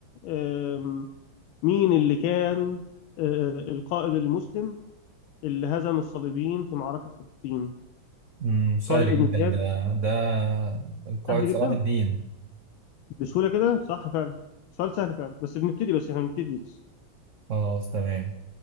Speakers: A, on the left; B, on the right.
A: أم... مين اللي كان آه، القائد المسلم اللي هزم الصليبيين في معركة حطين
B: مم. سهل
A: طارق بن
B: جدا
A: زياد
B: ده ده القائد
A: سهل
B: صلاح
A: جدا
B: الدين
A: بسهولة كده صح فعلا سؤال سهل فعلا بس بنبتدي بس احنا بنبتدي بس
B: خلاص تمام